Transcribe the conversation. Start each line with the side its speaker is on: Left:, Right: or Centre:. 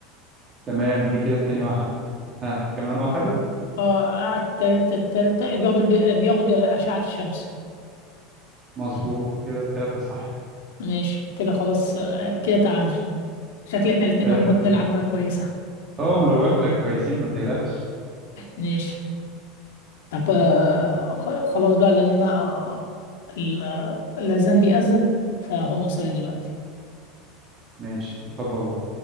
Right: تمام دي كده تاني واحدة ها كمان واحدة
Left: اه التالتة التالتة بياخد الب- بياخد أشعة الشمس
Right: مظبوط كده التلاتة صح
Left: ماشي كده خلاص آه، كده تعادل شكل احنا الاتنين
Right: تلاتة
Left: معلوماتنا العامة كويسة
Right: اه ما انا بقول لك كويسين ما تقلقش
Left: ماشي طب آه، خ- خلاص بقى لأن أنا آه، ال- الأذان بيأذن فهو مصري دلوقتي
Right: ماشي تقبل الله